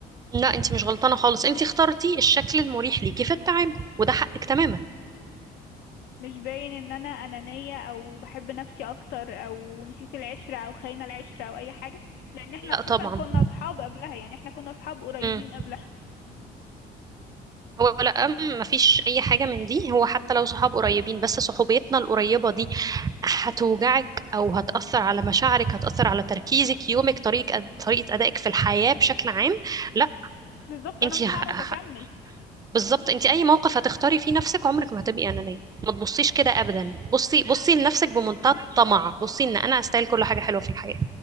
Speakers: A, on the right (about 20°); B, on the left (about 80°).
A: لا أنت مش غلطانة خالص أنت اخترتي الشكل المريح ليكي في التعامل وده حقك تماما
B: مش باين ان انا انانية او بحب نفسي اكتر او نسيت العشرة او خاينة العشرة او اي حاجة لان احنا
A: لا
B: خصوصا
A: طبعا
B: كنا اصحاب قبلها يعني احنا كنا اصحاب قريبين
A: امم
B: قبلها
A: هو لا أم- مفيش اي حاجه من دي هو حتى لو صحاب قريبين بس صحوبيتنا القريبه دي هتوجعك او هتاثر على مشاعرك هتاثر على تركيزك يومك طريقه أد- طريقه ادائك في الحياه بشكل عام لا
B: بالظبط انا
A: انت
B: مش
A: ه...
B: هعرف
A: ه-
B: اكمل
A: بالظبط انت اي موقف هتختاري فيه نفسك عمرك ما هتبقي انانيه ما تبصيش كده ابدا بصي بصي لنفسك بمنتهى الطمع بصي ان انا استاهل كل حاجه حلوه في الحياه